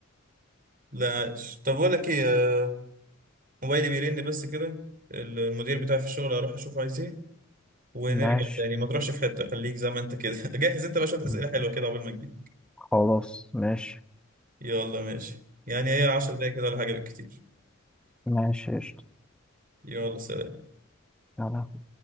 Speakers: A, on the right; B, in the centre.
A: لا عاش طب بقول لك إيه آه، موبايلي بيرن بس كده ال- المدير بتاعي في الشغل هروح أشوفه عايز إيه ونرجع
B: ماشي
A: تاني ما تروحش في حتة خليك زي ما أنت كده <laughs> جهز أنت بقى شوية أسئلة
B: مم.
A: حلوة كده قبل ما تجيب
B: خلاص ماشي
A: يلا ماشي يعني هي عشر دقايق كده ولا حاجة بالكتير
B: ماشي قشطة
A: يلا سلام
B: يلا